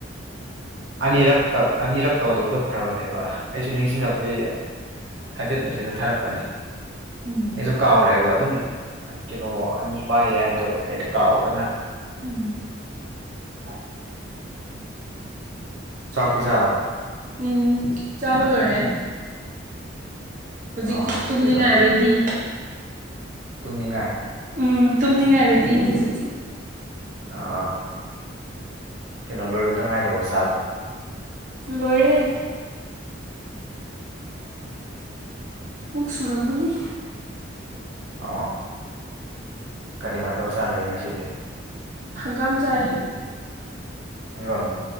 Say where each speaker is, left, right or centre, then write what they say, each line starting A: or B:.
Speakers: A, on the right (about 70°); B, on the right (about 40°).
A: ꯑꯅꯤꯔꯛꯇ ꯑꯅꯤꯔꯛ ꯇꯧꯗꯕꯗꯣ ꯐꯔꯕꯅꯦꯕ ꯑꯩꯁꯨ ꯅꯤꯡꯁꯤꯡꯉꯛꯄꯩ ꯍꯥꯏꯐꯦꯠ ꯃꯦꯁꯦꯖꯇ ꯊꯥꯔꯛꯄꯅꯤ
B: ꯎꯝ
A: ꯑꯩꯁꯨ ꯀꯥꯎꯔꯦꯕ ꯑꯗꯨꯝ ꯀꯩꯅꯣ ꯑꯅꯤ ꯄꯥꯏꯌꯦ ꯍꯥꯏꯕꯗꯣ ꯑꯩꯅ ꯀꯥꯎꯗꯅ
B: ꯎꯝ
A: ꯑ ꯆꯥꯛꯇꯤ ꯆꯥꯔꯕꯣ
B: ꯎꯝ ꯆꯥꯕ ꯂꯣꯏꯔꯦ ꯍꯧꯖꯤꯛꯇꯤ
A: ꯑꯣ
B: ꯇꯨꯝꯅꯤꯡꯉꯥꯏ
A: ꯀꯩ ꯃꯊꯦꯜ
B: ꯔꯦꯗꯤ
A: ꯇꯨꯝꯅꯤꯡꯉꯥꯏ
B: ꯎꯝ ꯇꯨꯝꯅꯤꯡꯉꯥꯏꯔꯗꯤꯅꯦ ꯍꯧꯖꯤꯛꯇꯤ
A: ꯑꯥ ꯀꯩꯅꯣ ꯂꯣꯏꯕꯗ ꯉꯥꯏꯔꯦꯕ ꯆꯥꯕꯣ
B: ꯂꯣꯏꯔꯦ ꯃꯨꯛ ꯁꯨꯔꯝꯃꯅꯤ
A: ꯑ ꯀꯔꯤ ꯃꯊꯧ ꯆꯥꯔꯒꯦ ꯉꯁꯤꯗꯤ
B: ꯍꯪꯒꯥꯝ ꯆꯑ
A: ꯑꯒꯥꯝ